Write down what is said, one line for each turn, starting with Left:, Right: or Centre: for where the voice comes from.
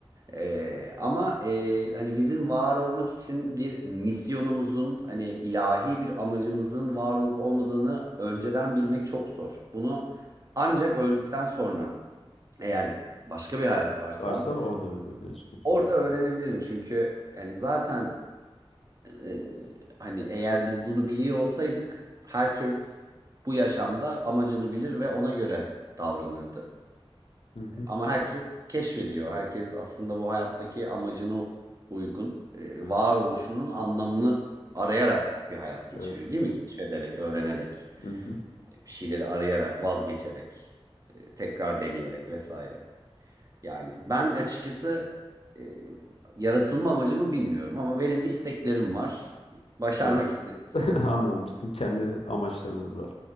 Right: Ee, ama e, hani bizim var olmak için bir misyonumuzun hani ilahi bir amacımızın var olup olmadığını önceden bilmek çok zor. Bunu ancak öldükten sonra eğer başka bir hayat varsa
Left: Varsa orada öğrenebiliriz diyorsun.
Right: orada öğrenebilirim. Çünkü yani zaten e, hani eğer biz bunu biliyor olsaydık herkes bu yaşamda amacını bilir ve ona göre davranırdı.
Left: Hı hı.
Right: Ama herkes keşfediyor. Herkes aslında bu hayattaki amacına uygun, e, varoluşunun anlamını arayarak bir hayat geçiriyor,
Left: Evet.
Right: değil mi? Keşfederek, öğrenerek,
Left: Hı hı.
Right: bir şeyleri arayarak, vazgeçerek, e, tekrar deneyerek vesaire. Yani ben açıkçası e, yaratılma amacımı bilmiyorum ama benim isteklerim var. Başarmak
Left: Evet.
Right: istediklerim.
Left: <laughs> Anladım. Sizin kendi amaçlarınız var.